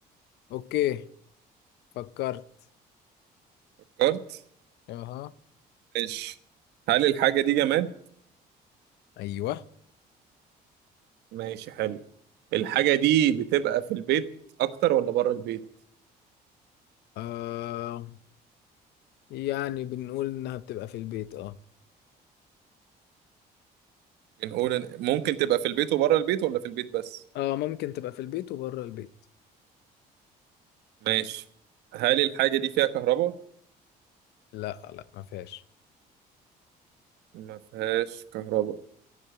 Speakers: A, on the left (about 80°); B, on the right (about 85°).
A: اوكي فكرت
B: فكرت
A: اها
B: ماشي هل الحاجه دي جماد
A: ايوه
B: ماشي حلو الحاجه دي بتبقى في البيت اكتر ولا بره البيت
A: آه يعني بنقول انها بتبقى في البيت اه
B: بنقول إن- ممكن تبقى في البيت وبره البيت ولا في البيت بس
A: اه ممكن تبقى في البيت وبره البيت
B: ماشي هل الحاجه دي فيها كهرباء
A: لا لا ما فيهاش
B: ما فيهاش كهرباء